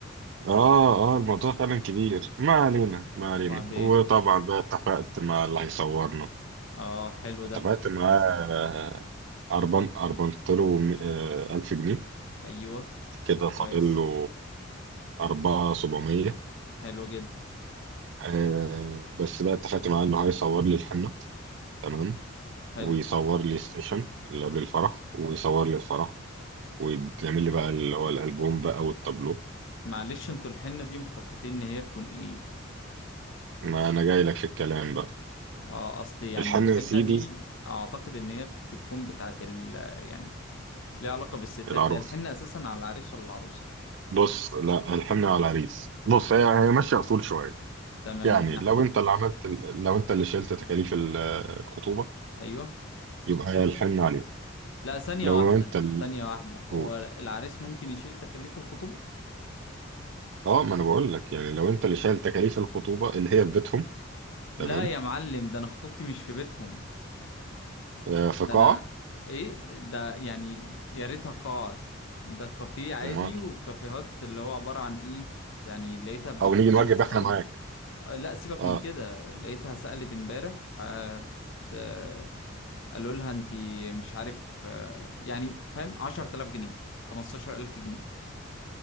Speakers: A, on the right; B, on the left.
A: اه اه الموضوع فعلا كبير ما علينا ما
B: وبعدين
A: علينا وطبعا بقى اتفقت مع اللي هيصورنا
B: اه حلو
A: اتفقت
B: ده
A: معاه آه، أربان أربنت له آه، ألف جنيه
B: ايوه
A: كده فاضل
B: كويس
A: له أربعة سبعمية
B: حلو جدا
A: آه بس بقى اتفقت معاه إنه هيصور لي الحنة تمام
B: حلو
A: ويصور لي السيشن اللي قبل الفرح ويصور لي الفرح ويعمل لي بقى اللي هو الألبوم بقى والتابلو
B: معلش انتوا الحنة دي مخططين ان هي تكون ايه
A: ما أنا جاي لك في الكلام بقى
B: اه اصلي يعني
A: الحنة
B: الحنة
A: يا سيدي
B: دي اعتقد ان هي بتكون بتاعت ال يعني ليه علاقة بالستات
A: العروس
B: هي الحنة أساسا على العريس ولا العروسة
A: بص لا الحنة على العريس بص هي هي ماشية أصول شوية
B: تمام
A: يعني
B: من ناحية
A: لو أنت اللي عملت ال- لو أنت اللي شلت تكاليف ال- الخطوبة
B: أيوه
A: يبقى هي الحنة عليه
B: لا ثانية
A: لو
B: واحدة
A: أنت اللي
B: ثانية واحدة هو
A: قول
B: العريس ممكن يشيل تكاليف الخطوبة
A: اه ما انا بقول لك يعني لو انت اللي شايل تكاليف الخطوبه اللي هي في بيتهم
B: لا
A: تمام
B: يا معلم ده أنا خطوبتي مش في بيتهم
A: آه في
B: ده
A: قاعه
B: أنا إيه ده يعني يا ريتها قاعة ده كافيه عادي
A: امال
B: وكافيهات اللي هو عبارة عن إيه يعني لقيتها بتقول
A: او نيجي نوجب
B: لي أنا سألت
A: احنا معاك
B: آه، لا سيبك
A: اه
B: من كده لقيتها سألت امبارح آه، بت... آه، قالوا لها انت مش عارف آه، يعني فاهم 10000 جنيه 15000 جنيه